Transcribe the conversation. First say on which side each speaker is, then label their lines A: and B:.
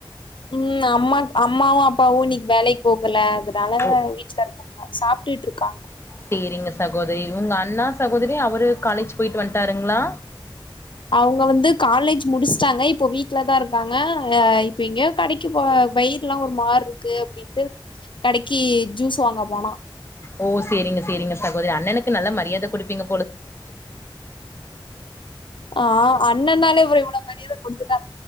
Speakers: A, on the left; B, on the left.
A: உம் அம்மா அம்மாவும் அப்பாவும் இன்னைக்கு வேலைக்கு போகல அதனால
B: ஓ
A: வீட்ல இருக்காங்க சாப்ட்டுட்ருக்காங்க
B: செரிங்க சகோதரி இவங்க அண்ணா சகோதரி அவரு காலேஜ் போயிட்டு வந்துட்டாருங்களா
A: அவங்க வந்து காலேஜ் முடிச்சுட்டாங்க இப்போ வீட்லதான் இருக்காங்க ஆ இப்ப எங்கய கடைக்கு போ வயிருலாம் ஒரு மார் இருக்கு அப்படின்ட்டு கடைக்கு ஜூஸ் வாங்க போனா
B: ஓ செரிங்க செரிங்க சகோதரி அண்ணனுக்கு நல்ல மரியாத கொடுப்பீங்க
A: ஆ அண்ணன்ந்தானே அப்ரோ இவ்ளவு மரியாத கொடிஞ்சத